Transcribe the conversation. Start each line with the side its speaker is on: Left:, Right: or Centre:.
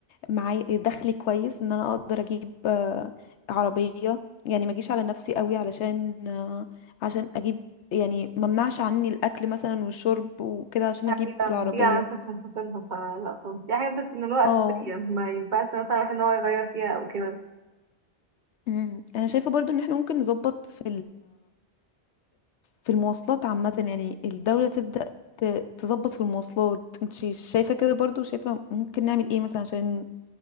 Left: معايا دخل كويس ان انا اقدر اجيب آه، عربيه يعني ما اجيش على نفسي قوي علشان آه، عشان اجيب يعني ما منعش عني الاكل مثلا والشرب وكده عشان
Right: حبيبة
Left: اجيب العربيه
Right: بتيجي على نفسك عشان خاطرها فلا خالص دي حاجات بتكون اللي هو أساسية
Left: اه
Right: ما ينفعش مثلا الواحد ان هو يغير فيها أو كده
Left: أمم. انا شايفه برضو ان احنا ممكن نظبط في في المواصلات عامة يعني الدولة تبدأ ت- تظبط في المواصلات انت شايفة كده برضو شايفة ممكن نعمل ايه مثلا عشان